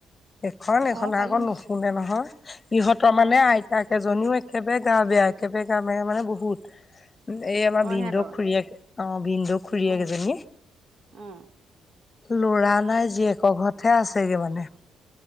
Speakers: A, on the left (about 30°); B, on the right (about 60°).
A: এখন এইখন
B: অ কালি
A: আকৌ
B: গুচি
A: নুশুনে নহয়, ইহঁতৰ
B: অ
A: মানে আইতাক এইজনীও একেবাৰে গা বেয়া একেবাৰে গা বেয়া মানে বহুত। এই আমাৰ
B: অ
A: ভিনদেউৰ
B: সিহঁতৰ
A: খুৰিয়েকে অ' ভিনদেউৰ খুৰীয়েক
B: অ
A: এজনী
B: অ
A: ল'ৰা নাই জীয়েকৰ ঘৰতহে আছেগে মানে।